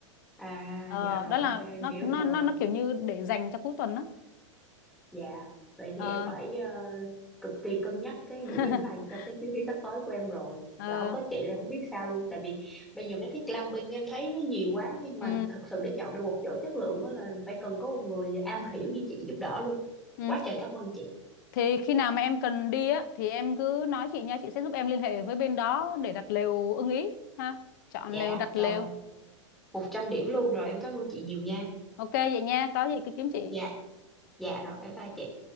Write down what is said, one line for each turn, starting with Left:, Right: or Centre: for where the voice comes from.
Centre: à
Left: Ờ,
Centre: dạ rồi
Left: đó là
Centre: ok em
Left: nó
Centre: hiểu
Left: nó
Centre: rồi
Left: nó nó kiểu như để dành cho cuối tuần đó
Centre: Dạ, vậy
Left: Ờ.
Centre: thì em phải ờ, cực kỳ cân nhắc cái
Left: <laughs>
Centre: địa điểm này cho cái chuyến đi sắp tới của em rồi.
Left: Ờ.
Centre: Chứ không có chị là không biết sao luôn. Tại vì bây giờ mấy cái glamping em thấy nó nhiều quá nhưng
Left: Ừ.
Centre: mà thật sự để chọn được một chỗ chất lượng á là phải cần có một người am hiểu như chị giúp đỡ luôn.
Left: Ừ.
Centre: Quá trời cảm ơn chị.
Left: Thì khi nào mà em cần đi á thì em cứ nói chị nha, chị sẽ giúp em liên hệ với bên đó để đặt lều ưng ý ha. Chọn
Centre: Dạ,
Left: lều đặt
Centre: trời,
Left: lều.
Centre: 100 điểm luôn rồi. Em cảm ơn chị nhiều nha.
Left: Ok vậy nha, có gì cứ kiếm chị.
Centre: Dạ, dạ rồi, bye bye chị.